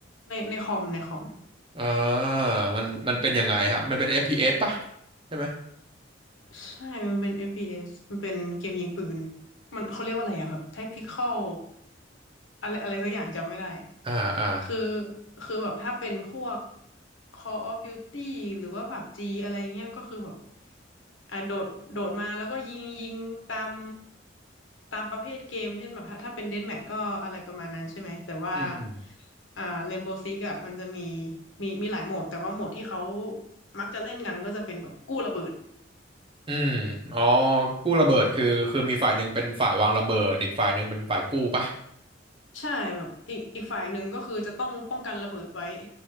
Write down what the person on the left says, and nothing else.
ในในคอมในคอม
ใช่มันเป็น FPS มันเป็นเกมยิงปืนมันเขาเรียกว่าอะไรอะแบบ tactical อะไรอะไรสักอย่างจำไม่ได้
คือคือแบบถ้าเป็นพวก Call of Duty หรือว่า PUBG อะไรเงี้ยก็คือแบบอ่ะโดดโดดมาแล้วก็ยิงยิงตามตามประเภทเกมเช่นแบบถ้าถ้าเป็น Deathmatch ก็อะไรประมาณนั้นใช่ไหมแต่ว่า
อ่า Rainbow Six อ่ะมันจะมีมีมีหลายโหมดแต่ว่าโหมดที่เขามักจะเล่นกันก็จะเป็นแบบกู้ระเบิด
ใช่แบบอีกอีกฝ่ายหนึ่งก็คือจะต้องป้องกันระเบิดไว้